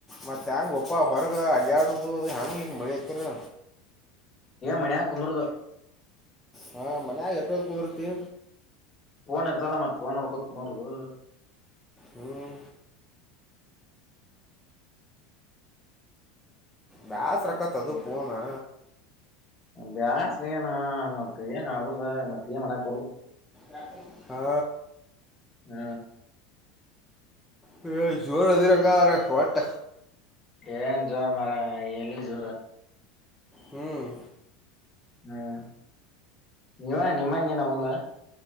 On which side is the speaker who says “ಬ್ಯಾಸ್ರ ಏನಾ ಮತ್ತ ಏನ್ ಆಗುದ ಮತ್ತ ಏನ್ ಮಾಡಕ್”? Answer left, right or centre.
Left